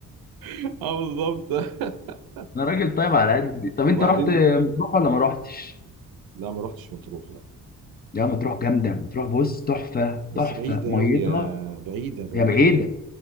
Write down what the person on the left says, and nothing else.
<laughs> انا راجل طيب على قدي طب
انت رحت مطروح ولا ما رحتش
يا مطروح جامده مطروح بص تحفه
تحفه
ميتها
هي بعيده